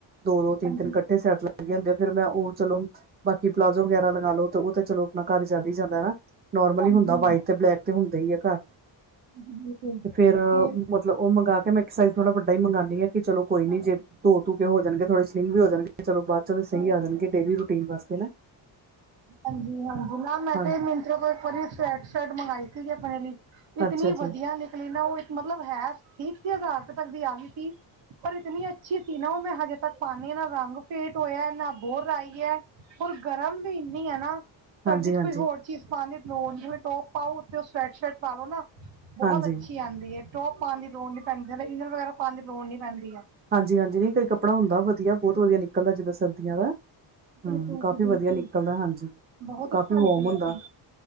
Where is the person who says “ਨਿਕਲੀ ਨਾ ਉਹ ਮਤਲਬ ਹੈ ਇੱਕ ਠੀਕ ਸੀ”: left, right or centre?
Right